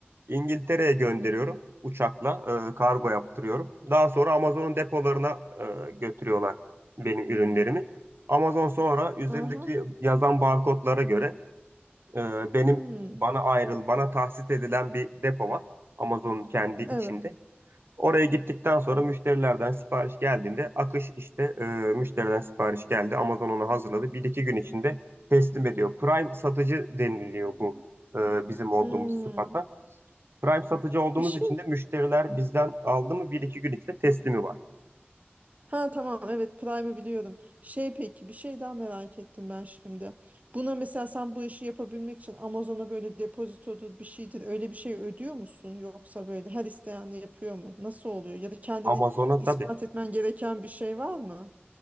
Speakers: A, on the right (about 65°); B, on the right (about 35°).
A: İngiltere'ye gönderiyorum uçakla e, kargo yaptırıyorum. Daha sonra Amazon'un depolarına e, götürüyorlar benim ürünlerimi. Amazon sonra üzerindeki
B: Aha.
A: yazan barkodlara göre e, benim
B: Hmm.
A: bana ayrıl, bana tahsis edilen bir depo var. Amazon'un kendi içinde.
B: Evet.
A: Oraya gittikten sonra müşterilerden sipariş geldiğinde akış işte e, müşteriden sipariş geldi. Amazon onu hazırladı. Bir iki gün içinde teslim ediyor. Prime satıcı deniliyor bu e, bizim olduğumuz
B: Hmm.
A: sıfata. Prime satıcı olduğumuz
B: Bir şey
A: için de müşteriler bizden aldı mı bir iki gün içinde teslimi var.
B: Ha tamam evet Prime'ı biliyorum. Şey peki bir şey daha merak ettim ben şimdi. Buna mesela sen bu işi yapabilmek için Amazon'a böyle depozitodur bir şeydir öyle bir şey ödüyor musun? Yoksa böyle her isteyen yapıyor mu? Nasıl oluyor? Ya da kendini
A: Amazon'a
B: ispat
A: tabii.
B: etmen gereken bir şey var mı?